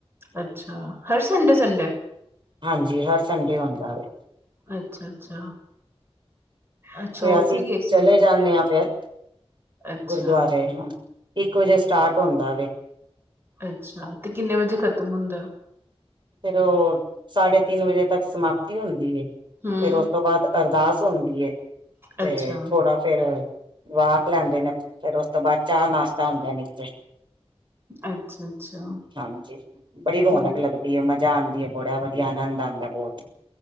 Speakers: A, on the right (about 20°); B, on the right (about 50°).
A: ਅੱਛਾ, ਹਰ ਸੰਡੇ-ਸੰਡੇ?
B: ਹਾਂਜੀ, ਹਰ ਸੰਡੇ ਹੂੰਦਾ ਵੇ।
A: ਅੱਛਾ, ਅੱਛਾ। ਅੱਛਾ
B: ਤੇ
A: ਉੱਥੇ
B: ਅਸੀ
A: ਗਏ ਸੀ
B: ਚਲੇ ਜਾਂਨੇ ਆਂ ਫੇਰ
A: ਅੱਛਾ
B: ਗੁਰਦੁਆਰੇ, ਹਾਂ। ਇੱਕ ਵਜੇ ਸਟਾਰਟ ਹੁੰਦਾ ਵੇ।
A: ਅੱਛਾ, ਤੇ ਕਿੰਨੇ ਵੱਜੇ ਖਤਮ ਹੁੰਦੈ?
B: ਫੇਰ ਓ ਸਾਡੇ ਤਿੰਨ ਵਜੇ ਤੱਕ ਸਮਾਪਤੀ ਹੁੰਦੀ ਏ,
A: ਹਮ
B: ਫੇਰ ਓਸ ਤੋਂ ਬਾਦ ਅਰਦਾਸ ਹੋਂਦੀ ਏ, ਤੇ
A: ਅੱਛਾ
B: ਥੋੜਾ ਫੇਰ ਵਾਕ ਲੈਂਦੇ ਨੇ, ਫੇਰ ਓਸ ਤੋਂ ਬਾਦ ਚਾਅ-ਨਾਸ਼ਤਾ ਹੁੰਦੈ ਨੀਚੇ।
A: ਅੱਛਾ। ਅੱਛਾ
B: ਹਾਂਜੀ, ਬੜੀ ਰੋਨਕ
A: ਹੋਰ
B: ਲੱਗਦੀ ਏ, ਮਜਾ ਆਂਦੀ ਏ, ਬੜਾ ਵਦੀਆ, ਆਨੰਦ ਆਦੈ ਬੋਤ।